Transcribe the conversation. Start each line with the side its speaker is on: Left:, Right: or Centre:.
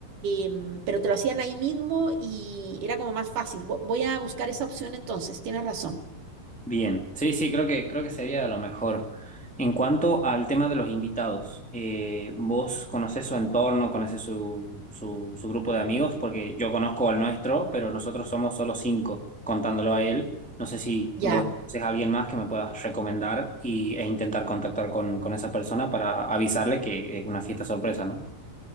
Right: em, pero te lo hacían ahí mismo y era como más fácil. Vo- Voy a buscar esa opción entonces, tienes razón.
Centre: Bien, sí, sí, creo que, creo que sería lo mejor. En cuanto al tema de los invitados, eh, ¿vos conocés su entorno, conocés su, su, su grupo de amigos? Porque yo conozco al nuestro, pero nosotros somos solo cinco, contándolo a él. No sé si
Right: Ya.
Centre: vos conocés a alguien más que me puedas recomendar y, e intentar contactar con, con esa persona para avisarle que es una fiesta sorpresa, ¿no?